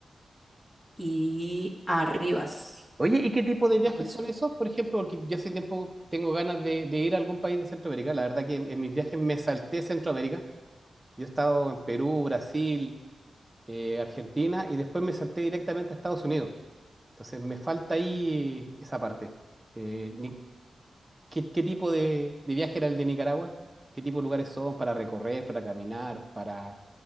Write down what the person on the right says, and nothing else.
Oye, ¿y qué tipo de
viajes
son esos? Por ejemplo, porque yo hace tiempo tengo ganas de, de ir a algún país de Centroamérica. La verdad que en, en mis viajes me salté Centroamérica. Yo he estado en Perú, Brasil, eh, Argentina y después me salté directamente a Estados Unidos. Entonces me falta ahí esa parte. Eh, ni- ¿qué, qué tipo de, de viaje era el de Nicaragua? ¿Qué tipo de lugares son para recorrer, para caminar, para